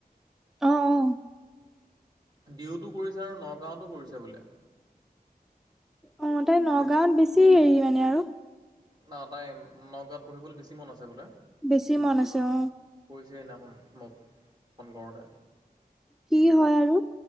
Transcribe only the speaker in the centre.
আহ অ
অ তাই নগাঁৱত বেছি হেৰি মানে আৰু
বেছি মন আছেো
কি হয় আৰু